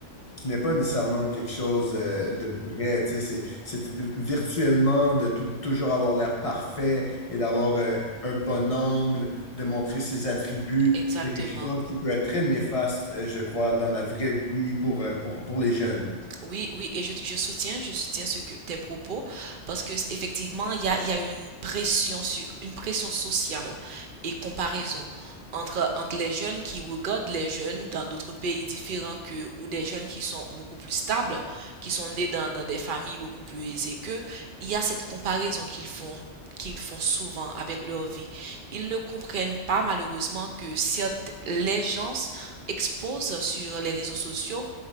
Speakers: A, on the left; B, on the right.
A: qui n'est pas nécessairement quelque chose euh,
B: Mhm.
A: de vrai, tu sais, c'est c'est virtuellement de tout- toujours avoir l'air parfait et d'avoir euh, un bon angle, de montrer ses attributs,
B: Exactement.
A: c'est quelque chose qui peut être très néfaste, euh, je crois, dans la vraie vie pour, euh, pour, pour les jeunes.
B: Oui, oui, et je, je soutiens, je soutiens ce que tes propos parce que effectivement, il y a, il y a une pression sur une pression sociale et comparaison entre entre les jeunes qui regardent les jeunes dans d'autres pays différents que ou des jeunes qui sont beaucoup plus stables, qui sont nés dans, dans des familles beaucoup plus aisées qu'eux, il y a cette comparaison qu'ils font qu'ils font souvent avec leur vie. Ils ne comprennent pas malheureusement que certes, les gens exposent sur les réseaux sociaux